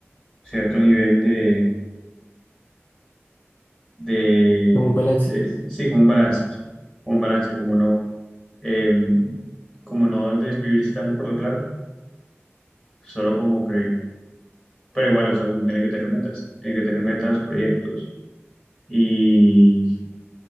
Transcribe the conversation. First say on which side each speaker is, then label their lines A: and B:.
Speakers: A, on the left; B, on the left.
A: cierto nivel de, de,
B: como un balance.
A: de- sí, como un balance, sí, como un balance, como no, em, como no desvivirse tanto por la plata, solo como que Pero igual, o sea, uno tiene que tener metas, tiene que tener metas, proyectos y,